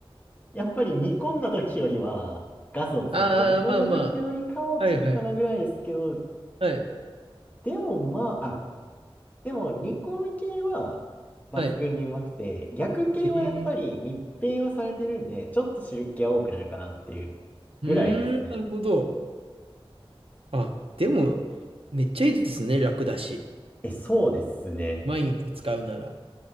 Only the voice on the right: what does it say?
ああ、まあまあ。はいはい。はい。
はい。
ええ
うーん、なるほど。あ、でも、めっちゃいいですね。楽だし。
毎日使うなら。